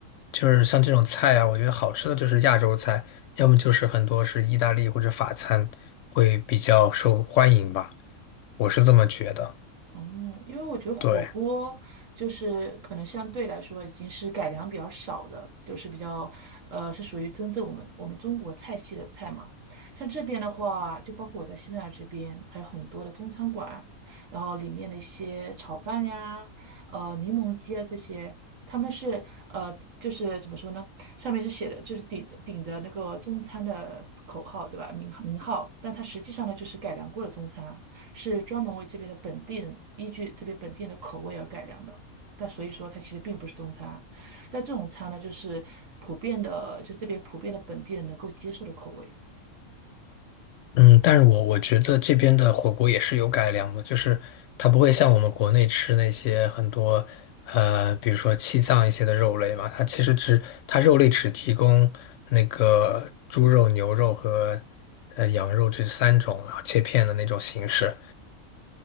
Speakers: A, on the left; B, on the right.
A: 就是像这种菜啊，我觉得好吃的就是亚洲菜，要么就是很多是意大利或者法餐会比较受欢迎吧，我是这么觉得。
B: 嗯，因为我觉得火锅就是可能相对来说已经是改良比较少的，
A: 对。
B: 就是比较呃是属于真正我们我们中国菜系的菜嘛。像这边的话，就包括我在西班牙这边，它有很多的中餐馆，然后里面的一些炒饭呀、呃柠檬鸡啊这些，他们是呃就是怎么说呢？上面是写的就是顶顶着那个中餐的口号对吧？名名号，但它实际上呢就是改良过的中餐。是专门为这边的本地人依据这边本地人的口味而改良的。但所以说它其实并不是中餐，但这种餐呢，就是普遍的，就这边普遍的本地人能够接受的口味
A: 嗯，但是我我觉得这边的火锅也是有改良的，就是它不会像我们国内吃那些很多，呃，比如说气脏一些的肉类嘛，它其实只它肉类只提供那个猪肉、牛肉和呃羊肉这三种啊切片的那种形式，